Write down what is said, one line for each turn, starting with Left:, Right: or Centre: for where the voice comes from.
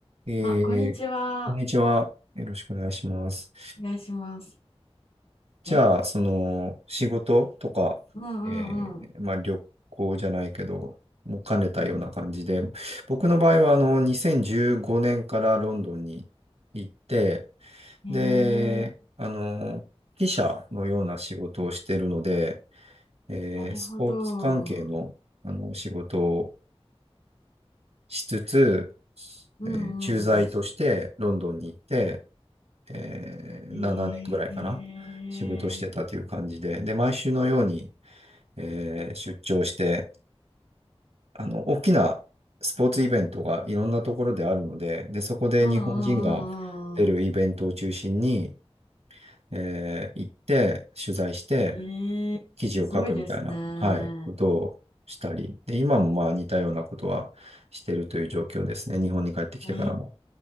Right: えー、
Left: あ、こんにちは。
Right: こんにちは。よろしくお願いします。
Left: お願いします。
Right: じゃあ、
Left: え
Right: その、仕事とか、
Left: うんうんうん。
Right: えー、まあ、旅行じゃないけど、も兼ねたような感じで、僕の場合は、あの、2015年からロンドンに行って、
Left: へえ、
Right: で、あの、記者のような仕事をしているので、えー、
Left: なるほど。
Right: スポーツ関係の、あの、仕事をしつつ、
Left: うんうんうん。
Right: えー駐在としてロンドンに行って、えー7年ぐらいかな、
Left: へえ、
Right: 仕事してたという感じで、で、毎週のように、えー出張して、あの、大きなスポーツイベントがいろんなところであるので、で、そこで日本人が出るイベントを中心に、
Left: うんうんうんうんうん。
Right: えー行って、取材して、
Left: へえ、
Right: 記事を書くみたいな、
Left: すごいですね。
Right: はい、ことをしたり、で、今もまあ似たようなことはしてるという状況ですね、日本に帰ってきてからも。
Left: へ